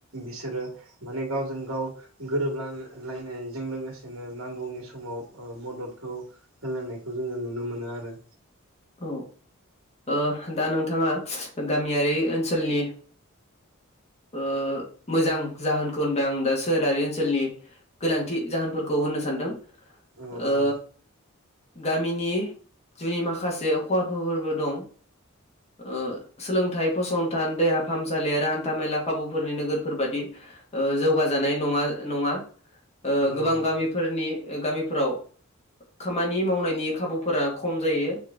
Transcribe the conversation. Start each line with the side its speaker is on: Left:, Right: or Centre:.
Right: बिसोरो माने गावजों गाव गो रोबलान लायनायजों लोगोसेनो नांगौनि समाव ओ मददखौ होलायनायखौ जोङो नुनो मोनो आरो।
Left: औ औ ओ दा नोंथाङा गामियारि ओनसोलनि <inaudible> ओ मोजां जाहोनखौ होनबाय आं दा सोहोरारि ओनसोलनि गोनांथि जाहोनफोरखौ होननो सानदों।
Right: औ
Left: ओ
Right: औ
Left: गामिनि जुयै माखास से खहाफोरबो दं। ओ सोलोंथाइ फसंथान देहा फाहामसालि आरो हान्था मेला खाबुफोरनि नोगोरफोर बादि ओ जौगाजानाय नङा नङा ओ
Right: नंगौ
Left: गोबां
Right: नंगौ
Left: गामिफोरनि गामिफोराव खामानि मावनायनि खाबुफोरा खम जायो।